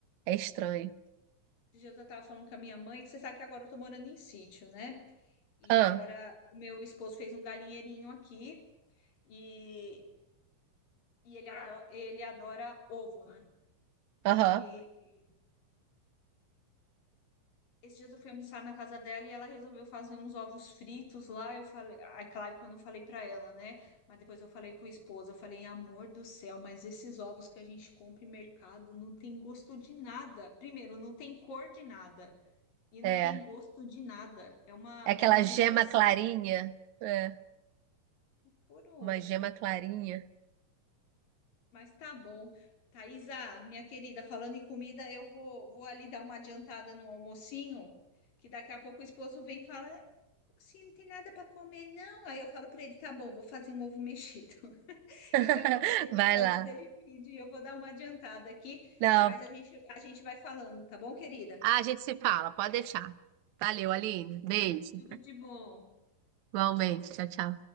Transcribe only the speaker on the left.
Esse dia eu estava falando com a minha mãe, que você sabe que agora eu estou morando em sítio, né? E
agora o meu esposo fez um galinheirinho aqui e, e ele, adora, ele adora ovo, né?
E esses dias eu fui almoçar na casa dela e ela resolveu fazer uns ovos fritos lá. Eu falei, ah, é claro que eu não falei para ela, né? Mas depois eu falei pro esposo, eu falei, amor do céu, mas esses ovos que a gente compra em mercado não tem gosto de nada. Primeiro, não tem cor de nada e não
tem gosto de nada. É uma,
é uma judiação.
Puro.
Mas tá bom. Thaisa, minha querida, falando em comida, eu vou, vou ali dar uma adiantada no almocinho, que daqui a pouco o esposo vem e fala, "Ah, assim, não tem nada para comer, não. Aí eu falo para ele, tá bom, vou fazer um ovo mexido. <laughs>
Então, antes dele,
antes
dele pedir, eu vou dar uma adiantada aqui,
mas a gente, a gente vai falando, tá bom, querida?
Tudo de bom.